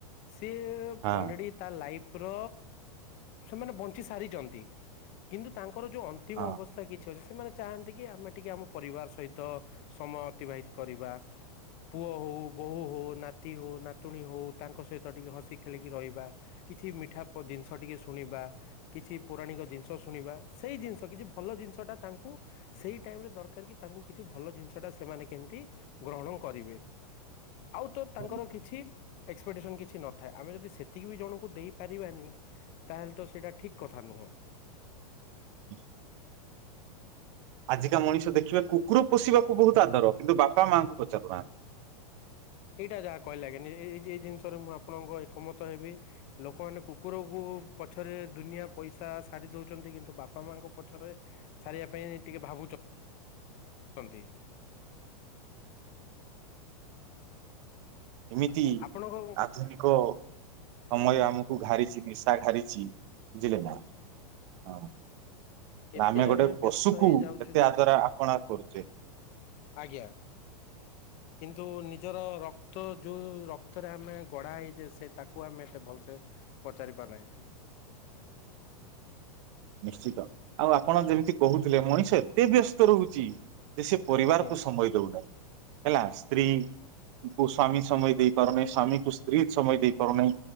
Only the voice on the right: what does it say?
ହଁ
ହଁ
ହଁ।
ଉହୁଁ ଆଜିକା ମଣିଷ ଦେଖିବେ କୁକୁର ପୋଷିବାକୁ ବହୁତ ଆଦର କିନ୍ତୁ ବାପା ମାଆଙ୍କୁ ପଚାରୁନାହାନ୍ତି।
ଏମିତି
ଆଧୁନିକ ସମୟ ଆମକୁ ଘାରିଛି ନିଶା ଘାରିଛି ବୁଝିଲେ ନା। ହଁ।
ଆମେ ଗୋଟେ
ପଶୁକୁ
ଏତେ
ଆଦରା ଆପଣା କରୁଛେ।
ନିଶ୍ଚିତ। ଆଉ ଆପଣ ଯେମିତି କହୁଥିଲେ ମଣିଷ ଏତେ ବ୍ୟସ୍ତ ରହୁଛି ଯେ ସେ ପରିବାରକୁ
ସମୟ ଦଉନାହିଁ। ହେଲା ସ୍ତ୍ରୀ କୁ ସ୍ଵାମୀ ସମୟ ଦେଇପାରୁନାହିଁ, ସ୍ଵାମୀକୁ ସ୍ତ୍ରୀ ସମୟ ଦେଇପାରୁନାହିଁ।